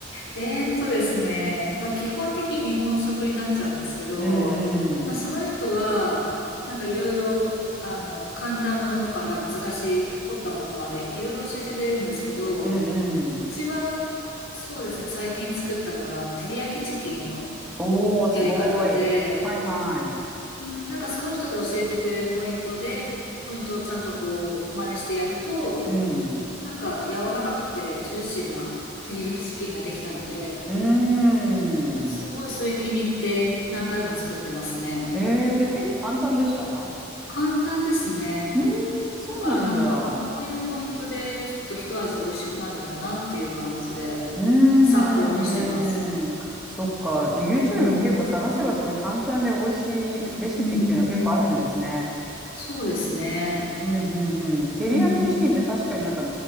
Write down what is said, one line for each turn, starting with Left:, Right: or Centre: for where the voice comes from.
Left: えーっとですね、まあ、基本的に日本食になっちゃうんですけど、
Centre: うん
Left: まあ、
Centre: うん、
Left: その人は、なんかいろいろ、あの、簡単なものから難しい、凝ったものまでいろいろ教えてくれるんですけど、
Centre: うんうん。
Left: 一番、そうですね、最近作ったのが、照り焼きチキンの
Centre: おー、すごい。
Left: やり方で、
Centre: はいはい。
Left: うん、なんかその人が教えてくれるポイントで、ポイントをちゃんとこう、真似してやると、
Centre: うん。
Left: なんか柔らかくてジューシーな照り焼きチキンができたので、
Centre: うーん。
Left: すごいそれ気に入って何回も作ってますね。
Centre: へえ、で、結構簡単でしたう
Left: 簡単ですね。
Centre: ーん、そうなんだ。
Left: だからなんか、
Centre: う
Left: あ、こういうポイントでちょっと一味美味しくなるんだなっていう感じで
Centre: ーん、
Left: 参考にしてます。
Centre: ふん、ふん。そっか。じゃあ YouTube
Left: うん。
Centre: も結構探せばそういう簡単で美味しいレシピっていうのは結構あるんですね。
Left: うん。そうですね。
Centre: うん、ふん、ふん。照り焼きチキンって確かになんか
Left: うん。